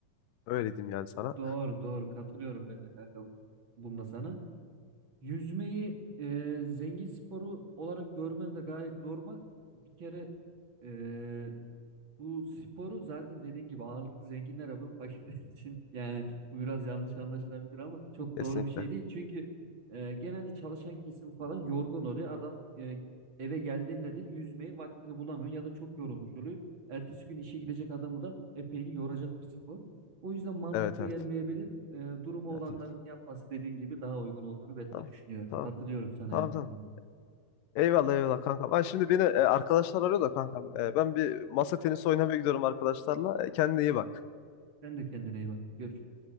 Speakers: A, on the left (about 75°); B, on the right (about 35°).
A: Öyle diyeyim yani sana.
B: Doğru doğru katılıyorum ben de kanka bunda sana. Yüzmeyi e, zengin sporu olarak görmen de gayet normal. Bir kere e, Bu sporu zaten dediğin gibi ağırlıklı zenginler yapıyor fakirler <laughs> için yani bu biraz yanlış anlaşılabilir ama çok
A: Kesinlikle.
B: doğru bir şey değil. Çünkü e, genelde çalışan kesim falan yorgun oluyor. Adam e, eve geldiğinde de yüzmeyi vaktini bulamıyor ya da çok yorulmuş oluyor. Ertesi gün işe gidecek adamı da epeyli yoracak bir spor. O yüzden mantıklı
A: Evet evet.
B: gelmeyebilir. E, durumu olanların
A: Evet evet.
B: yapması dediğin gibi daha uygun olduğunu ben
A: Tamam.
B: de düşünüyorum.
A: Tamam.
B: Katılıyorum sana
A: Tamam
B: yani
A: tamam.
B: bu konuda.
A: Eyvallah eyvallah kankam. Ha, şimdi beni e, arkadaşlar arıyor da kankam. E, ben bir masa tenisi oynamaya gidiyorum arkadaşlarla. E, kendine iyi bak.
B: Sen de kendine iyi bak. Görüşürüz.